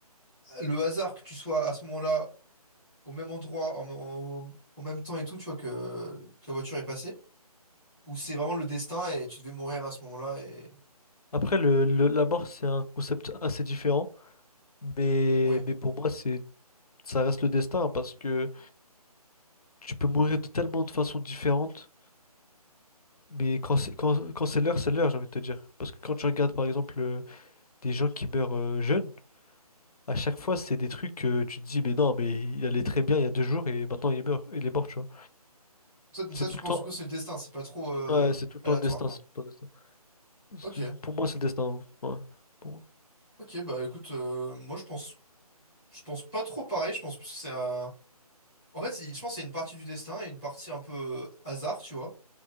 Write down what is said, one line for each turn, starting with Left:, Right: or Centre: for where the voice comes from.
Centre: le hasard que tu sois à ce moment-là, au même endroit, en, en- en même temps et tout, tu vois, que, que la voiture est passée, ou c'est vraiment le destin et tu devais mourir à ce moment-là et...
Left: Après, le, le- la mort, c'est un concept assez différent, mais,
Centre: Ouais.
Left: mais pour moi, c'est, ça reste le destin hein, parce que tu peux mourir de tellement de façons différentes. Mais quand c'est quand, quand c'est l'heure, c'est l'heure, j'ai envie de te dire. Parce que quand tu regardes par exemple euh, des gens qui meurent euh, jeunes, à chaque fois c'est des trucs que tu te dis mais non mais il allait très bien il y a deux jours et maintenant il est mort, il est mort, tu vois.
Centre: Ça, donc
Left: C'est
Centre: ça,
Left: tout
Centre: tu
Left: le
Centre: penses,
Left: temps
Centre: du coup, c'est le destin, c'est pas trop euh,
Left: ouais, c'est tout le
Centre: aléatoire,
Left: temps le destin,
Centre: quoi.
Left: c'est tout le temps le destin.
Centre: Ok.
Left: C'est- Pour moi c'est le destin. hein. Ouais. Pour moi.
Centre: Ok, bah écoute, euh, moi je pense, je pense pas trop pareil. Je pense plus que c'est un... En fait, c'est- je pense que c'est une partie du destin et une partie un peu hasard, tu vois.